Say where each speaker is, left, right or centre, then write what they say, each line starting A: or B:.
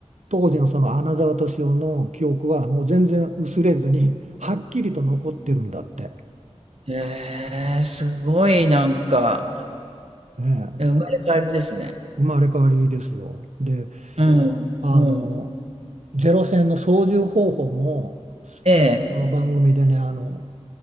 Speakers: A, on the right; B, on the right.
A: 当時のその穴沢敏夫の記憶はもう全然薄れずにはっきりと残ってるんだって、
B: へえ、すごいなんか、
A: ええ
B: え、生まれ変わりですね。
A: 生まれ変わりですよ。で
B: うん、
A: あの、
B: うん。
A: ゼロ戦の操縦方法も、
B: ええ、
A: この番組でね、あの、